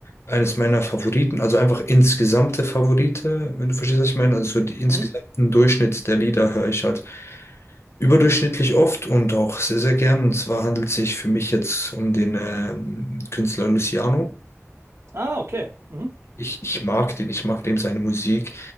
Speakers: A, on the left; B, on the right.
A: eines meiner Favoriten, also einfach insgesamte Favorite, wenn du verstehst, was ich meine. Also so die insgesamten
B: Mhm.
A: Durchschnitt der Lieder höre ich halt. Überdurchschnittlich oft und auch sehr, sehr gern. Und zwar handelt es sich für mich jetzt um den ähm, Künstler Luciano.
B: Ah, okay. Mhm.
A: Ich, ich mag den, ich mag dem seine Musik.